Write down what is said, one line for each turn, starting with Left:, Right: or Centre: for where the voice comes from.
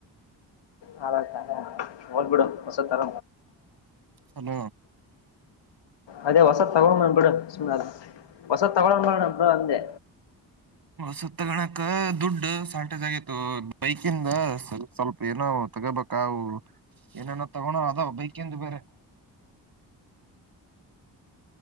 Left: ಹಾತ ಹೋಲ್ ಬಿಡು ಹೊಸ ತರ
Right: ಹಲ
Left: ಅದೇ ಹೊಸದ ತಗಳ ಅ ಬಿಡ ಸುಮ ಹೊಸದ ತಗೊ ಅ ಬಿ ಅಂದೆ
Right: ಸುತ್ತಗಣಕ್ ದುಡ್ಡು ದ ಸಾಲ್ಟೇಜ್ ಆಗಿತ್ತು ಬೈಕಿಂದ ಸ್ವಲ್ಪ ಏನೋ ತಗೋಬೇಕ ಏನನ ತಗೋಣ ಅದಾವ ಬೈಕಿಂದು ಬೇರೆ